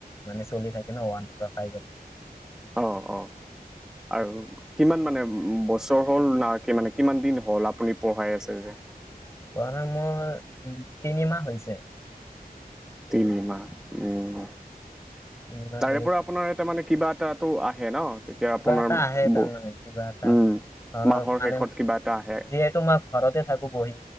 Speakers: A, on the left (about 15°); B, in the centre.
A: মানে চলি থাকে ন ওৱানৰ পৰা ফাইভৰ লকে
B: অহ', অহ'। আৰু কিমান মানে বছৰ হ'ল না, কি মানে কিমান দিন হ'ল আপুনি পঢ়াই আছে যে। <unintelligible>
A: পৰা মোৰ উম, তিনিমাহ হৈছে।
B: তিনিমাহ উম,
A: তিনিমাহ
B: তাৰে
A: ধৰি
B: পৰা আপোনাৰ এটা মানে কিবা এটাতো আহে ন। তেতিয়া
A: কিবা
B: আপোনাৰ
A: এটা আহে তাৰমানে
B: ব
A: কিবা এটা
B: উম,
A: ধৰক
B: মাহৰ
A: মানে
B: শেষত কিবা এটা আহে।
A: যিহেতু মই ঘৰতে থাকো বহি